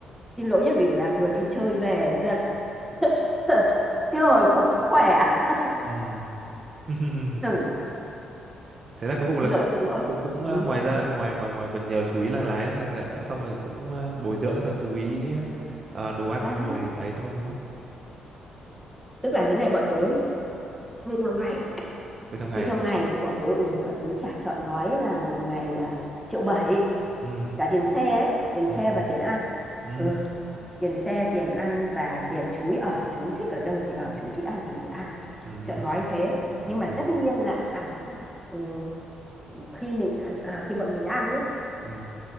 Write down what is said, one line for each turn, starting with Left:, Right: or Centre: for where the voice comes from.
Centre: xin lỗi nhé vì là vừa đi chơi về đâm ra <laughs> chưa hồi phục sức khỏe <laughs>
Right: Ừ. Ừ.
Centre: Ừ,
Right: <laughs> thế là cuối cùng là
Centre: xin
Right: cũng
Centre: lỗi xin lỗi
Right: cũng cũng ờ,
Centre: ừ.
Right: ngoài ra ngoài ngoài ngoài việc nhờ chú ý là lái là là cũng xong rồi cũng ờ, bồi dưỡng cho chú ý ờ, ờ, đồ ăn
Centre: à,
Right: xong rồi ấy thôi đúng không
Centre: tức là thế này bọn tớ như theo ngày
Right: cuối trong ngày
Centre: Thế theo ngày thì bọn tớ ừ, bọn tớ trả trọn gói là một ngày à, triệu bảy
Right: ừ
Centre: cả tiền xe đấy, tiền xe
Right: ừ ừ
Centre: và tiền ăn.
Right: ừ
Centre: Ừ, tiền xe, tiền ăn và tiền chú ý ở, chú thích ở đâu thì ở, chú thích ăn gì thì ăn,
Right: ừ
Centre: trọn gói thế.
Right: ừ
Centre: Nhưng mà
Right: ừ
Centre: tất nhiên là à, ừm, khi mình à, khi bọn mình ăn ấy
Right: ừ.